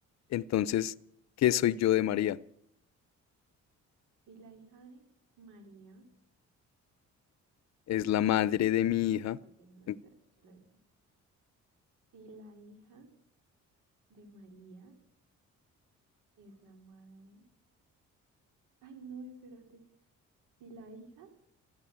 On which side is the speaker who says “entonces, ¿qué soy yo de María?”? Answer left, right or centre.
Left